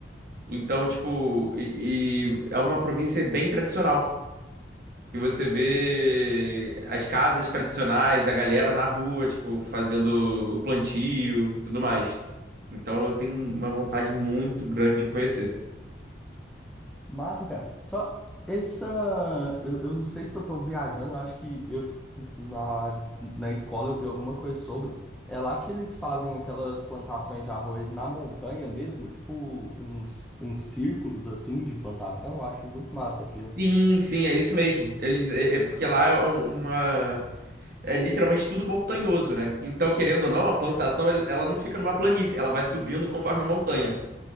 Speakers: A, on the right (about 50°); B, in the centre.
A: Então, tipo, e, e é uma província bem tradicional. E você vê as casas tradicionais, a galera na rua, tipo, fazendo o plantio, tudo mais. Então eu tenho uma vontade muito grande de conhecer.
B: Massa, cara. Só essa. Eu, eu não sei se eu tô viajando, eu acho que eu na, na escola eu vi alguma coisa sobre. É lá que eles fazem aquelas plantações de arroz na montanha mesmo, tipo uns, uns círculos assim de plantação. Eu acho muito massa aquilo.
A: Sim, sim, é isso mesmo. Eles, é, é porque lá é um, uma. É literalmente tudo montanhoso, né? Então, querendo ou não, a plantação ele- ela não fica numa planície, ela vai subindo conforme a montanha.